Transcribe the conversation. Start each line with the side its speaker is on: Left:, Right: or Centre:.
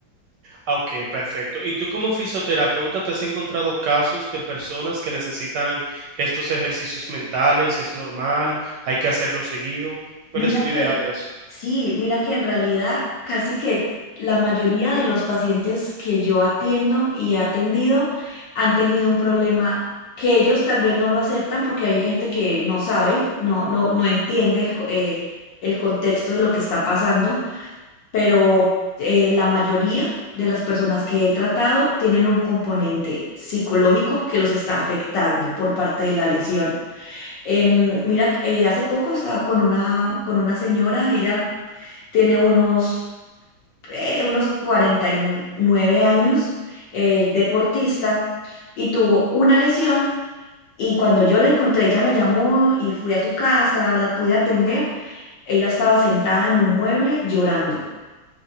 Right: Ah, Ok, perfecto. ¿Y tú como fisioterapeuta te has encontrado casos de personas que necesitan estos ejercicios mentales? ¿Es normal? ¿Hay que hacerlo seguido? ¿Cuál
Left: Mira
Right: es tu
Left: que,
Right: idea de eso?
Left: sí, mira que en realidad casi que la mayoría de los pacientes que yo atiendo y he atendido han tenido un problema que ellos tal vez no lo aceptan porque hay gente que no sabe, no, no, no entiende el, co- eh, el contexto de lo que está pasando, pero eh, la mayoría de las personas que he tratado tienen un componente psicológico que los está afectando por parte de la lesión. Em, mira, eh, hace poco estaba con una, con una señora, ella tiene unos, eh, unos cuarenta y nueve años, eh, deportista, y tuvo una lesión. Y cuando yo la encontré, ella me llamó y fui a su casa, la pude atender. Ella estaba sentada en un mueble llorando.